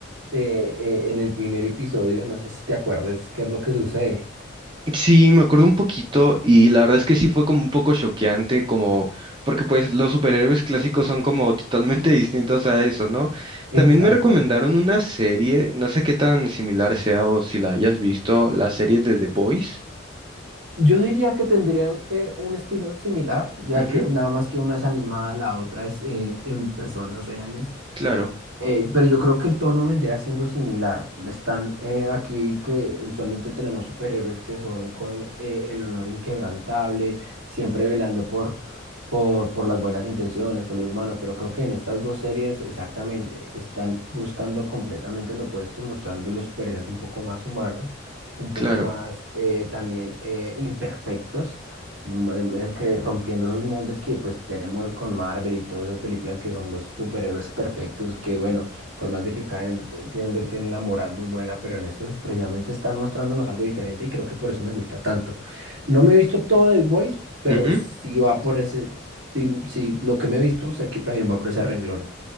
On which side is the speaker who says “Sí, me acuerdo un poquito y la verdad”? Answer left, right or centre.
Right